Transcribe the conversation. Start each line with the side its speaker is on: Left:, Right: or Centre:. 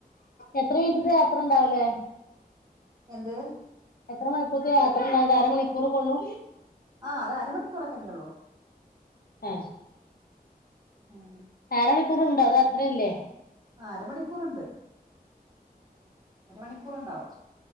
Left: എത്ര മിൻറ്റ്ത്തെ യാത്ര ണ്ടാവുല്ലേ
Right: എന്ത്
Left: എത്ര മണിക്കൂർത്തെ യാത്രണ്ടങ്ങട്ട് അരമണിക്കൂറൊക്കൊള്ളൂ
Right: ആ അതെ അരമണിക്കൂറൊക്കെന്നെള്ളു
Left: ഏ
Right: ആ
Left: അര മണിക്കൂറ്ണ്ടോ അതോ അത്രേം ഇല്ലേ
Right: ആ അരമണിക്കൂറ്ണ്ട് അരമണിക്കൂറ്ണ്ടാവും